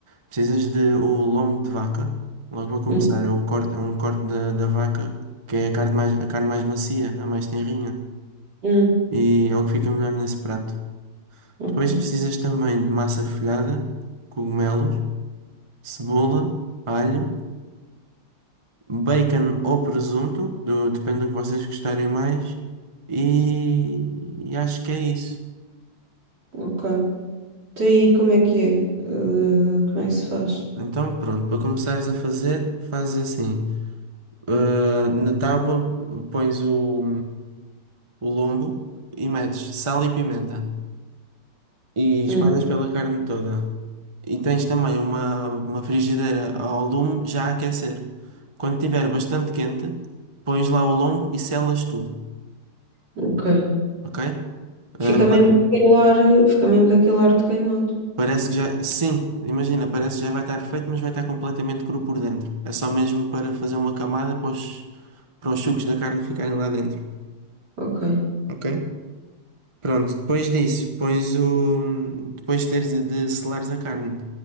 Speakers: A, on the right; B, on the right.
A: precisas de o lombo de vaca, logo para começar,
B: Hum,
A: é, o corte, é um corte da, da vaca, que é a carne mais, a carne mais macia, a mais tenrinha,
B: hum,
A: e é o que fica melhor nesse prato.
B: ok,
A: Depois precisas também de massa folhada, cogumelos, cebola, alho, bacon ou presunto, do- depende do que vocês gostarem mais. E, e acho que é isso.
B: ok. Então aí, como é que é? Eh, como é que se faz?
A: Então, pronto, para começares a fazer, fazes assim: ah, na tábua pões o, o lombo e metes sal e pimenta e espalhas
B: Hum,
A: pela carne toda. E tens também uma, uma frigideira ao lume já a aquecer. Quando estiver bastante quente, pões lá o lombo e selas tudo,
B: ok.
A: ok?
B: Fica
A: Ah,
B: mesmo com aquele ar, eh, fica mesmo com aquele ar de queimado.
A: Parece que já. Sim, imagina, parece que já vai estar feito, mas vai estar completamente cru por dentro. É só mesmo para fazer uma camada para os, para os sucos da carne ficarem lá dentro.
B: Ok.
A: Ok? Pronto, depois disso, pões o. Depois de teres de selares a carne,